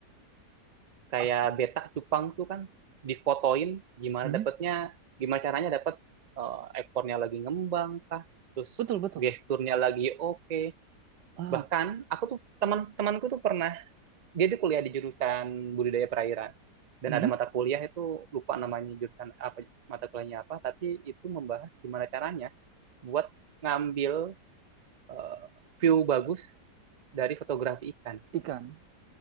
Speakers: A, on the right; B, on the right.
A: Kayak
B: Ah,
A: betak cupang tuh kan difotoin gimana
B: mhm.
A: dapetnya, gimana caranya dapet eh, ekornya lagi ngembang kah, terus
B: betul betul,
A: gesturnya lagi oke
B: ah,
A: Bahkan aku tuh teman-temanku tuh pernah dia tuh kuliah di jurusan budidaya perairan dan
B: mhm.
A: ada mata kuliah itu lupa namanya jurusan apa mata kuliahnya apa tapi itu membahas gimana caranya buat ngambil eh, view bagus dari fotografi ikan
B: Ikan,